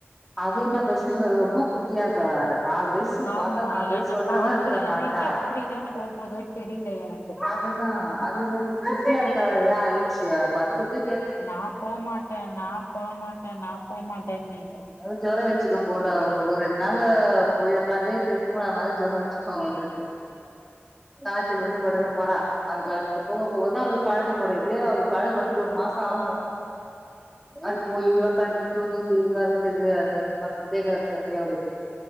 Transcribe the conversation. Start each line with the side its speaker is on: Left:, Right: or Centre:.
Centre: அது என்ன பிரச்சன இவ ரொம்ப குட்டியா இருக்க வேற நாலு வயசு
Left: ஆமா
Centre: பாத்தா நாலு வயசு
Left: என்ன
Centre: சொல்ற
Left: பாக்கலனாலே
Centre: மார்ருக்க மாட்டா
Left: எப்டிதா போ போதோ தெரியல எனக்கு
Centre: அது தா அது இவ <inaudible> குட்டியா இருக்கா வேறயா <unintelligible> பள்ளிக்கூடத்லே
Left: நா போ மாட்டே நா போ மாட்டே நா போ மாட்டே இனி
Centre: அ ஜொரோ வெச்சுக்க போடா அவங்க ஊரு னால போய் ஒக்காந்து <inaudible> போன மாரி ஜொரோ வச்சுக்கு வந்துட்டு காச்சல் வந்து படுக்கப் போறா அதுக் அதுக்கு போக போக தா அவளுக் பழக்கப்படு எப்டியு அவளுக் பழகப்படுத்துக்கு ஒரு மாசோ ஆவு அது போயி ஒக்காந்து தூங்கிட்டு வர துக்கு <unintelligible> ஆவு நம்ம சேக்கற எடத்துல போய் அவளுக்கு